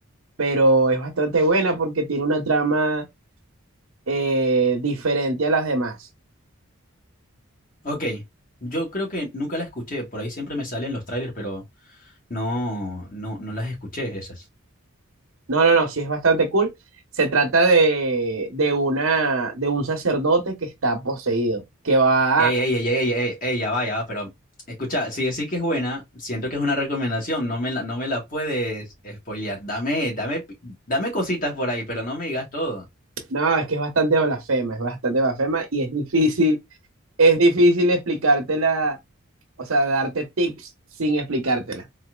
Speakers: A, on the right; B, on the left.
A: pero es bastante buena porque tiene una trama eh, diferente a las demás.
B: Ok. Yo creo que nunca la escuché, por ahí siempre me salen los trailers, pero... No, no, no las escuché esas.
A: No, no, no, sí es bastante cool. Se trata de, de una, de un sacerdote que está poseído, que va,
B: Ey, ey, ey, ey, ey, ey, ya va, ya va, pero escucha, si decís que es buena, siento que es una recomendación, no me la, no me la puedes spoilear. Dame, dame, pi- dame cositas por ahí, pero no me digas todo.
A: no, es que es bastante blasfema, es bastante blasfema y es difícil, es difícil explicártela, o sea, darte tips sin explicártela.